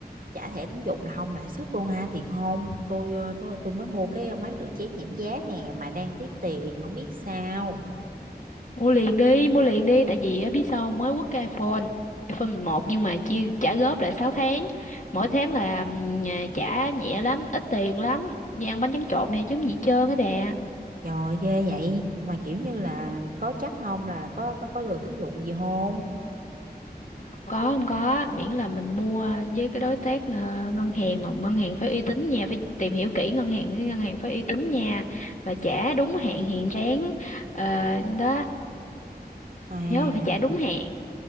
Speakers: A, on the right; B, on the left.
A: trả thẻ tín dụng là không lãi suất luôn ha thiệt không tôi ờ, tôi tôi mới mua cái máy rửa chén giảm giá nè mà đang tiếc tiền không biết sao
B: Mua liền đi, mua liền đi, tại vì á, biết sao không? mới quất cái iPhone, iPhone mười một nhưng mà chia trả góp là 6 tháng, mỗi tháng là ừm, à, trả nhẹ lắm, ít tiền lắm, như ăn bánh tráng trộn này chứ không gì hết trơn á bà.
A: trời ghê vậy mà kiểu như là có chắc không là có có có lừa tín dụng gì không
B: có không có miễn là mình mua với cái đối tác ờ, ngân hàng mà ngân hàng phải uy tín nha phải tìm hiểu kỹ ngân hàng cái ngân hàng phải uy tín nha và trả đúng hạn hàng tháng Ờ, đó
A: à
B: nhớ là phải trả đúng hạn